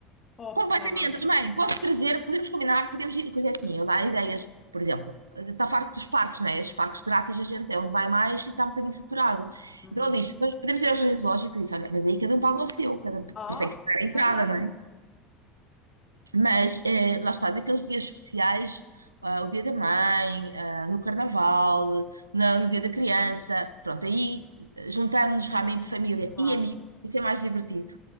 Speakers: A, on the left; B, on the right.
A: Opa!
B: Completamente, também. Posso trazer, podemos combinar, podemos ir, pois é assim, eu dar ideias. Por exemplo, está farto dos parques, né? Estes parques grátis, a gente é onde vai mais e está um bocadinho saturado.
A: Uhum.
B: Então ele diz, "Nós podemos ir ao jardim zoológico e disse, olha, mas aí cada um paga o seu, cada,
A: Oh,
B: porque tem que se dar a entrada,
A: não é nada,
B: não é? Mas eh, lá está, naqueles dias especiais, ah, o dia da mãe, ah, no carnaval, na- no dia da criança, pronto, aí eh, juntamos-nos realmente família
A: claro.
B: e amigos, isso é mais divertido.